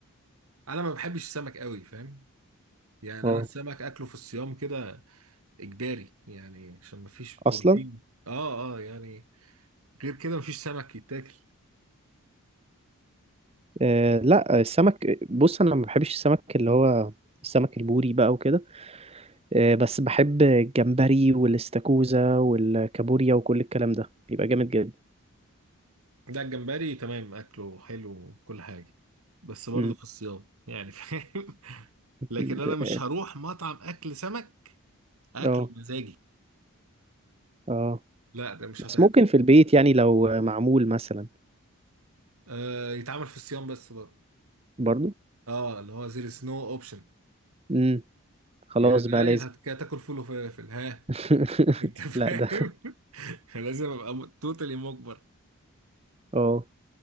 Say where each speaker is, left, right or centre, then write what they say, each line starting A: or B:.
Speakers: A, on the right; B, on the right.
A: انا ما بحبش السمك قوي فاهم يعني
B: اه
A: انا السمك اكله في الصيام كده اجباري يعني عشان مفيش
B: اصلا
A: بروتين اه اه يعني غير كده مفيش سمك يتاكل
B: آه لا السمك بص انا ما بحبش السمك اللي هو السمك البوري بقى وكده آه بس بحب الجمبري والاستاكوزا والكابوريا وكل الكلام ده بيبقى جامد جدا
A: ده الجمبري تمام اكله حلو وكل حاجه بس برضه
B: أمم،
A: في الصيام يعني فاهم <laughs> لكن
B: ده-
A: انا مش
B: اه
A: هروح مطعم اكل سمك اكله
B: اه
A: مزاجي
B: آه.
A: لا ده مش
B: بس
A: هتحصل
B: ممكن في البيت يعني لو معمول مثلا
A: آه يتعمل في الصيام بس برضه
B: برضو
A: اه اللي هو زير سنو اوبشن
B: امم خلاص
A: يا ده
B: بقى لازم
A: يا هت- يا تاكل فول وفلافل ها
B: <laughs>
A: انت فاهم
B: لا ده
A: <laughs> لازم ابقى توتالي مجبر
B: اه